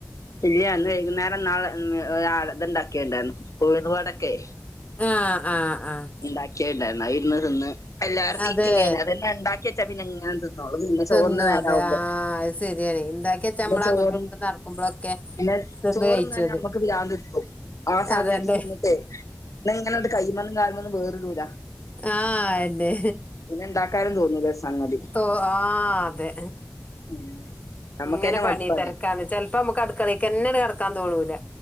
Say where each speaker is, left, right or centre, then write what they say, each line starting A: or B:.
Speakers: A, on the left; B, on the left.
A: ഇല്ല്യ ഇന്ന് വൈകുന്നേരം നാളെ ആള് ഇതിണ്ടാക്കിയണ്ടായിരുന്നു ഉഴ്ന്ന് വടൊക്കെ
B: ആഹ് ആഹ് ആഹ്
A: ഇണ്ടാക്കിയണ്ടായിരുന്നു അയിരുന്ന് തിന്ന് എല്ലാറ് തീറ്റി
B: അതെ
A: കഴിഞ്ഞ് അതന്നെ ഇണ്ടാക്കി വെച്ചാ പിന്നെ ഇങ്ങനെ തിന്നോളു പിന്നെ
B: തിന്നു
A: ചോറിന് നേരാവുമ്പൊ
B: അതെ ആഹ് അത് ശരിയാണ് ഇണ്ടാക്കി വെച്ച
A: പിന്നെ
B: നമ്മള്
A: ചോറി
B: അങ്ങോട്ടും ഇങ്ങോട്ടും നടക്കുമ്പോഴൊക്കെ
A: പിന്നെ
B: തിന്ന്
A: ചോറ്ന്നഴിഞ്ഞ
B: കഴിച്ചത്
A: ഞമ്മക്ക് പ്രാന്തിടിക്കും ആ സമയത്ത്
B: അതന്നെ
A: തിന്നിട്ടേ എന്നിങ്ങനെ അങ്ങട്ട് കൈയ്യുമേന്നും കാല്മ്മേന്നുംവേറുടൂല്ല
B: ആഹ് അതെന്നെ
A: ഇണ്ടാക്കാനും തോന്നൂല സംഗതി
B: തോ ആഹ് അതെ
A: ഉം നമ്മക്കന്നെ
B: ഇങ്ങനെ പണി
A: മടുപ്പാണ്
B: തെരക്കാന്ന് ചെൽ പ്പൊമുക്ക് അടുക്കളേക്കന്നെ അങ്ങട്ട് കടക്കാൻ തോന്നൂല